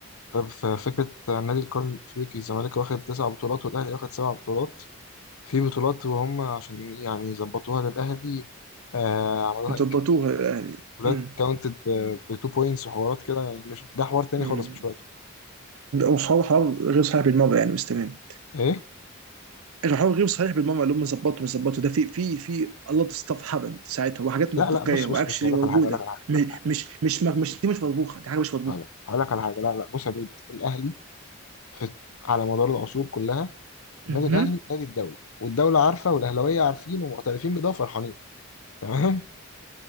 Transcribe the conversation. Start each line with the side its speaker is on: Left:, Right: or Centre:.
Left: طب في فكرة نادي القرن الافريقي الزمالك واخد تسع بطولات والاهلي واخد سبع بطولات في بطولات وهم عشان يعني يظبطوها للاهلي آه عملوها
Right: انت ضبطوها الاهلي
Left: فلات
Right: امم
Left: كاونتد بتو بوينتس وحوارات كده يعني مش ده حوار تاني
Right: امم
Left: خالص مش وقته
Right: وحوار حوار غير صحيح بالمره يعني بس تمام
Left: ايه
Right: الحوار غير صحيح بالمره اللي هم ظبطوا مش ظبطوا ده في في في الله ستاف هبل ساعتها وحاجات
Left: لا
Right: منطقيه
Left: لا بص
Right: واكشلي
Left: بص بص اقول
Right: موجوده
Left: لك على حاجه اقول لك على حاجه اقول
Right: مش
Left: لك على حاجه
Right: مش مش مش دي مش مطبوخه دي حاجه مش
Left: أنا هقول لك على حاجه لا لا بص يا دود الاهلي في على مدار العصور كلها
Right: مطبوخه
Left: النادي الاهلي نادي الدوله والدوله عارفه والاهلاويه عارفين ومعترفين بده وفرحانين تمام